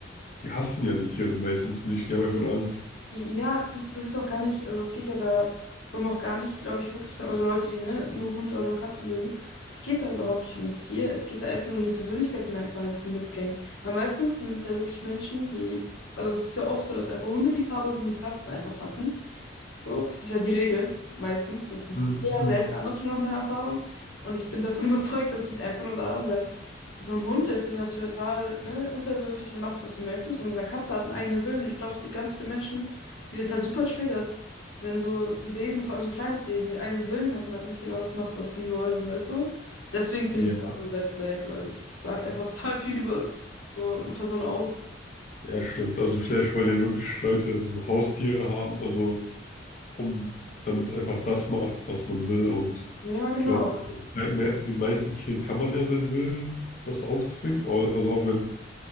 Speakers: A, on the left; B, on the left.
A: die hassen ja die Tiere meistens nicht, die haben einfach nur Angst.
B: Ja, das ist, das ist auch gar nicht, also es geht ja darum auch gar nicht, glaube ich, wirklich dann, also Leute, die ne, nur Hunde oder nur Katzen mögen, das geht da überhaupt nicht um das Tier, es geht da einfach nur um die Persönlichkeitsmerkmale, die sie mitbringen. Weil meistens sind es ja wirklich Menschen, die, also es ist ja oft so, dass einfach Hundeliebhaber sind, die Katzen einfach hassen. So, das ist ja die Regel meistens. Das ist
A: Mhm.
B: eher selten andersrum nach meiner Erfahrung. Und ich bin davon <laughs> überzeugt, das liegt einfach nur daran, weil so ein Hund ist ja total, ne, unterwürfig und macht, was du möchtest. Und eine Katze hat einen eigenen Willen. Und ich glaube, es gibt ganz viele Menschen, die das halt super triggert, wenn so ein Wesen, vor allem so ein kleines Wesen, den eigenen Willen hat und halt nicht genau das macht, was sie wollen, weißt du? Deswegen finde
A: Ja,
B: ich es auch so ein Red Flag, weil das sagt einfach <laughs> total viel über so eine Person aus.
A: ja, stimmt. Also vielleicht wollen ja wirklich Leute so Haustiere haben, also um, damit es einfach das macht, was man will. Und
B: Ja, genau.
A: ich glaube, den meisten Tieren kann man ja seinen Willen etwas aufzwingen. Au- Also auch wenn